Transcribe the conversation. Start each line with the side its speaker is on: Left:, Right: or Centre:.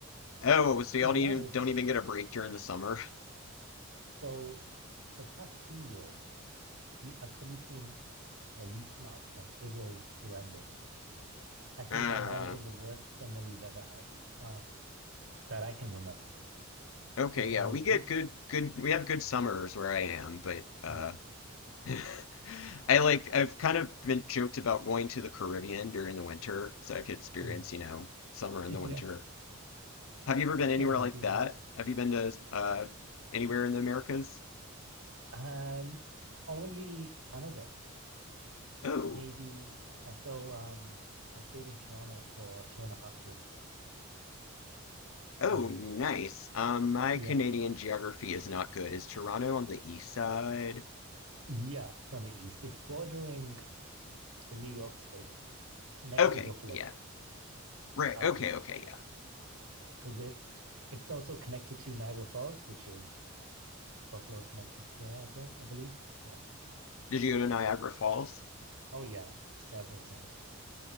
Left: Oh, so y'all
Right: To be
Left: don't even,
Right: honest,
Left: don't even get a break during the summer? <laughs>
Right: so the past two years, we I've probably seen the least amount of sun. It was horrendous. I think
Left: Uh,
Right: that might have been the worst summer we've ever had, um, that I can remember.
Left: okay,
Right: It was
Left: yeah, we get
Right: we,
Left: good good we have good summers where I am, but uh
Right: yeah,
Left: <laughs> I like I've kind of been joked about going to the Caribbean during the winter so I could experience,
Right: mm,
Left: you know, summer in
Right: <laughs>
Left: the winter.
Right: yeah.
Left: Have you ever been anywhere
Right: Yeah, it'd
Left: like
Right: be
Left: that?
Right: nice though.
Left: Have you been to uh anywhere in the Americas?
Right: And only Canada,
Left: Oh,
Right: maybe. Uh, So um, I stayed in Toronto for two and a half years,
Left: oh,
Right: and
Left: nice. Um, my
Right: yeah.
Left: Canadian geography is not good. Is Toronto on the east side?
Right: Yeah, it's on the east. It's bordering the New York State. It's next
Left: Okay,
Right: to Buffalo.
Left: yeah. Right.
Right: Um,
Left: Okay, okay, yeah.
Right: because it it's also connected to Niagara Falls, which is Buffalo's connected to that as well, I believe. Yeah.
Left: Did you go to Niagara Falls?
Right: Oh yeah, several times.